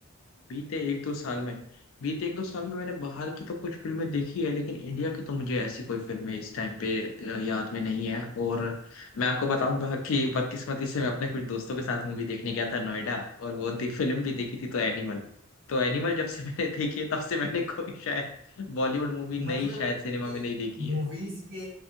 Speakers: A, on the left; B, on the right.
A: बीते एक दो साल में बीते एक दो साल में मैंने बाहर की तो कुछ फिल्में देखी है लेकिन इंडिया की तो मुझे ऐसी कोई फिल्में इस टाइम पे अ, याद में नहीं है और मैं आपको बताऊंगा कि बदकिस्मती से मैं अपने कुछ दोस्तों के साथ मूवी देखने गया था नोएडा और वो दे, फिल्म भी देखी थी तो एनिमल तो एनिमल जब से मैंने <laughs> देखी है तब से मैंने कोई शायद बॉलीवुड मूवी नई
B: मतलब
A: शायद सिनेमा में नहीं देखी है
B: मूवीज के